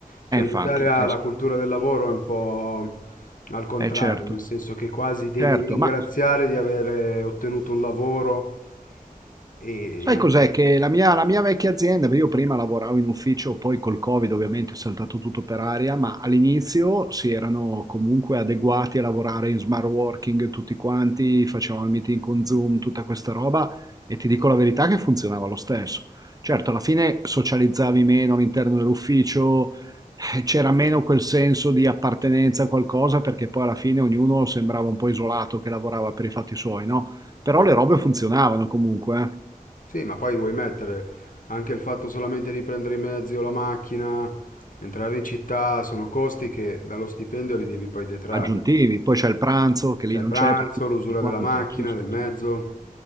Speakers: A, on the left; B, on the right.
A: Cioè
B: Eh, infatti,
A: in Italia
B: sì,
A: la
B: sì.
A: cultura del lavoro è un po' al contrario,
B: Eh, certo,
A: nel senso che quasi devi
B: certo,
A: ringraziare
B: ma
A: di aver ottenuto un lavoro e
B: Sai
A: in anticipo.
B: cos'è? Che la mia, la mia vecchia azienda, perché io prima lavoravo in ufficio, poi col Covid ovviamente è saltato tutto per aria, ma all'inizio si erano comunque adeguati a lavorare in smart working tutti quanti, facevamo il meeting con Zoom, tutta questa roba e ti dico la verità che funzionava lo stesso. Certo, alla fine socializzavi meno all'interno dell'ufficio, eh, c'era meno quel senso di appartenenza a qualcosa perché poi alla fine ognuno sembrava un po' isolato che lavorava per i fatti suoi, no? Però le robe funzionavano comunque, eh.
A: Sì, ma poi vuoi mettere anche il fatto solamente di prendere i mezzi o la macchina, entrare in città, sono costi che dallo stipendio li devi poi detrarre.
B: Aggiuntivi, poi c'è il pranzo che
A: Cioè
B: lì non
A: il pranzo,
B: c'è per cui
A: l'usura
B: tutto quanto.
A: della macchina,
B: no? Sì, sì,
A: del mezzo.
B: sì,